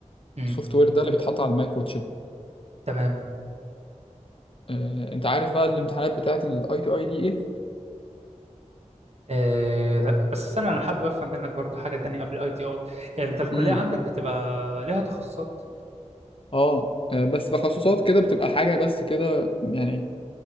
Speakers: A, on the right; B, on the left.
A: امم
B: السوفت وير ده اللي بيتحط على المايكرو تشيب
A: تمام
B: آه، أنت عارف بقى الامتحانات بتاعة الأي تي أي دي إيه؟
A: آه لا بس استنى انا حابب افهم منك برضو حاجه تانية قبل الاي تي اي انت الكليه
B: امم
A: عندك بتبقى ليها تخصصات
B: اه آه، بس تخصصات كده بتبقى حاجة بس كده يعني